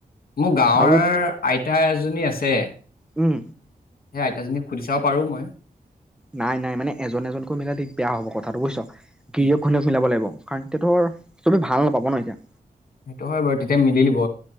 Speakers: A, on the left; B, in the centre.
A: মোৰ গাঁৱৰ
B: আৰু
A: আইতা এজনী আছে
B: উম
A: সেইয়া আইতাজনীক সুধি চাব পাৰো মই
B: নাই নাই মানে এজন এজনকৈ মিলাই দিগদাৰ কথাটো বুজছ
A: উম,
B: <unintelligible> মিলাব লাগিব কাৰণ এতিয়া ধৰ চবে ভাল নাপাব ন এতিয়া
A: সেইটো হয় বাৰু তেতিয়া মিলি লিব